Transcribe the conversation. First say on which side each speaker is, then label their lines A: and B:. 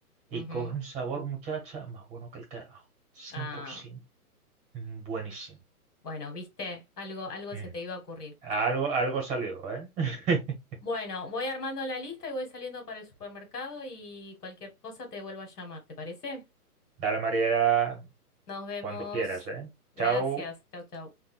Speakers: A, on the right; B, on the left.
A: y
B: ujú.
A: coge un sabor, muchacha, más bueno que el carajo, 100%,
B: Ah,
A: Mm, buenísimo.
B: bueno, viste, algo, algo
A: Mm.
B: se te iba a ocurrir.
A: Algo, algo salió, ¿eh? <laughs>
B: Bueno, voy armando la lista y voy saliendo para el supermercado y cualquier cosa te vuelvo a llamar, ¿te parece?
A: Dale, Mariela,
B: Nos vemos.
A: cuando quieras, ¿eh?
B: Gracias.
A: Chao.
B: Chau, chau.